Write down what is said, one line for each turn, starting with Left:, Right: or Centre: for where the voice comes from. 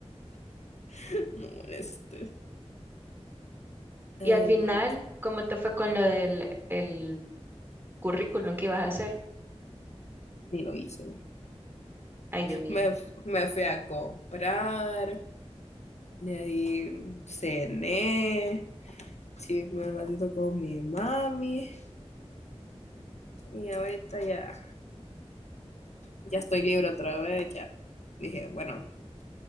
Left: <laughs> no molestes. Ay,
Right: Y al final,
Left: no,
Right: ¿cómo te fue con lo del el currículum que ibas a hacer?
Left: ni lo hice.
Right: Ay, Dios mío,
Left: Me, me fui a comprar, de ahí cené, chisme un ratito con mi mami y ahorita ya, ya estoy libre otra vez, ya. Dije, bueno,